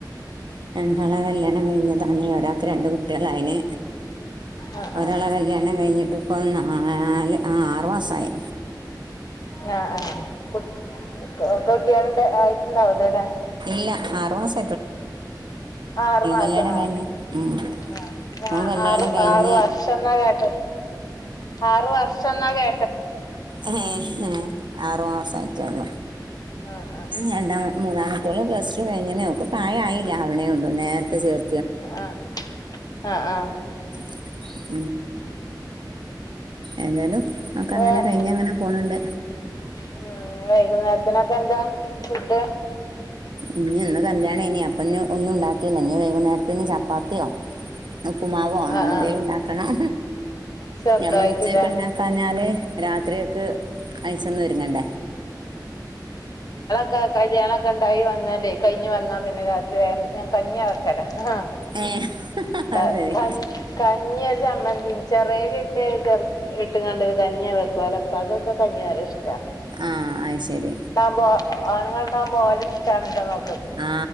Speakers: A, on the right; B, on the left.
A: രണ്ടാളെ കല്യ കഴിഞ്ഞതാണി ഒരാ രണ്ട് കുട്ടികളാ യിന്
B: ആഹ്
A: ഒരാളെ
B: ആഹ്
A: കല്യാണം കഴിഞ്ഞിട്ട് ഇപ്പോ നാല് ആ ആറു മാസായി
B: ആ ആ കുട്ട് കു കു കുട്ടിയള് ആയിട്ടുണ്ടാവില്ലലെ?
A: ല്ല ആറുമാസം
B: ആറു മാസം
A: കല്യാണം
B: ആ
A: കഴിഞ്ഞ് ഉം.
B: ആ ഞ
A: ഓൻ കല്യാണം കഴിഞ്ഞ്
B: ആറ് വർഷം ന്നാ കേട്ടത് ആറ് വർഷം ന്നാ കേ
A: ഏ ഹെ ആറു മാസമായിട്ടെള്ളൂ
B: ആഹ് ആഹ്
A: രണ്ടാമ മൂന്നാമത്തോള് പ്ലസ്ടു എങ്ങനെക്കു ൾകു പ്രായായില്ല അ അവണെള്ളൂ നേരത്തെ ചേർ
B: ആ അ ആ
A: <unintelligible> ഏതായാലും ഒക്കെ
B: വേ
A: അങ്ങനെ കഴിഞ്ഞ അങ്ങനെ പോന്ണ്ട്
B: ഉം വൈകുന്നേരത്തിനൊക്കെ എന്താ ഫുഡ്
A: ഇനി ഇന്ന് കല്യാണ ഇനി അപ്പൊ ഒന്നും ഉണ്ടാക്കയില്ല ഞ്ഞ് വൈകുന്നേരത്തിന് ച പാത്തിയൊ ഉപ്പുമാവോ അങ്ങനെന്തെലും
B: ആ ആ
A: ഉണ്ടാക്കണം.
B: ചെറുതായിട്ട്ല്ലേ
A: ഞമ്മൾ ഉച്ചയക്കെ ണ്ടാക്കാഞ്ഞാല് രാത്രിയൊക്ക് അയച്ചൊന്ന് ഒരുങ്ങണ്ടേ
B: ക കല്യാണംക്കെ ഉണ്ടായി വന്നാലെ കഴിഞ്ഞ് വന്നാൽ പിന്നെ രാത്രി ഞാൻ കഞ്ഞിയാ വെക്കല ആ
A: ഏ
B: ക
A: അത്
B: ക
A: ശരി
B: കഞ്ഞി ചമ്മ ഉം ചെറരി ഇട്ട് ചെറ് ഇട്ട്കാണ്ട് കഞ്ഞി വെക്കും അലപ്പാക്കൊക്കെ കഞ്ഞി നല്ല ഇഷ്
A: ആ അയ് ശരി
B: ബോ ആണുൾണ്ടാവുമ്പോ ഓലെ ഇഷ്ടാണല്ലോ നോ
A: ആ